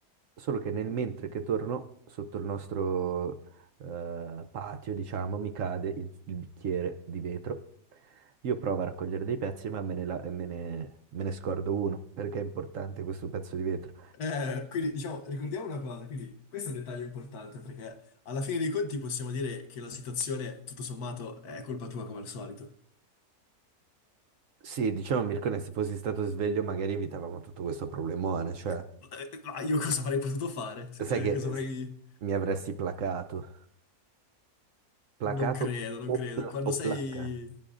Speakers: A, on the right (about 60°); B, on the left (about 70°).
A: solo che nel mentre che torno sotto il nostro eh, patio, diciamo, mi cade il, il bicchiere di vetro. Io provo a raccogliere dei pezzi, ma me ne, la- me ne me ne scordo uno, perché è importante questo pezzo di vetro.
B: Eh, quindi, diciamo, ricordiamo una cosa, quindi questo è un dettaglio importante perché alla fine dei conti possiamo dire che la situazione, tutto sommato, è colpa tua come al solito.
A: Sì, diciamo Mircone, se fossi stato sveglio magari evitavamo tutto questo problemone, cioè,
B: Eh, eh, Ma io cosa avrei potuto fare?
A: sai
B: Eh,
A: che
B: cosa
A: eh,
B: avrei...
A: s- mi avresti placato, placato
B: Non credo, non
A: o,
B: credo.
A: pla-
B: Quando
A: o
B: sei
A: placcato.